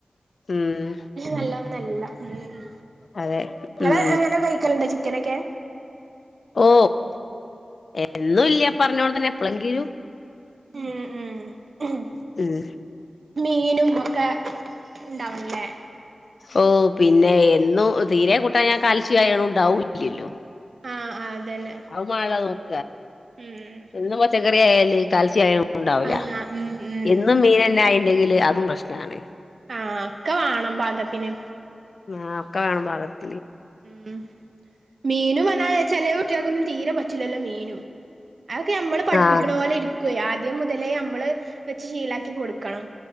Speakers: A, on the left; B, on the right.
A: ഉം
B: നല്ലോന്നും അല്ല ഉം
A: അതെ
B: ങ്ങള്അങ്ങനെ
A: ഉം
B: കഴിക്കലുണ്ടോ ചിക്ക ചിക്കനെക്കെ
A: ഓ എ എന്നും ഇല്ല പറഞ്ഞോടെത്തന്നെ എപ്പോളങ്കിലും
B: ഉം ഉം
A: ഉം
B: മീനും ഒക്കെ ഒണ്ടാവുംല്ലേ
A: ഓ പിന്നെ എന്നും തീരെ കൂട്ടാഞാ കാൽസ്യമായണും ഉണ്ടാവില്ലല്ലോ
B: ആഹ് ആഹ് അതന്നെ
A: <unintelligible>
B: ഉം
A: എന്നും വെച്ച കറി ആയാലും ഈ കാൽസ്യമായാണും ഉണ്ടാവുല
B: ആഹ് ഉം ഉം
A: എന്നും മീനന്നെ ആ അല്ലെങ്കില് അതും പ്രശ്നാണ്
B: ആ ഒക്കെ വാണം പാകത്തിന്
A: ആ ഒക്കെ വേണം പാകതി
B: മ് മീനും വല്ലാതെ ചേലെ കുട്ടിയക്കൊന്നും തീരെ പറ്റില്ലല്ലോ മീനും അതൊക്കെ നമ്മള് പഠിപ്പിക്കുന്ന
A: ആഹ്
B: പോലെ ഇരിക്കുവേ ആ ആദ്യം മുതലേ നമ്മള് വെച്ച് ശീലാക്കി കൊടുക്കണം.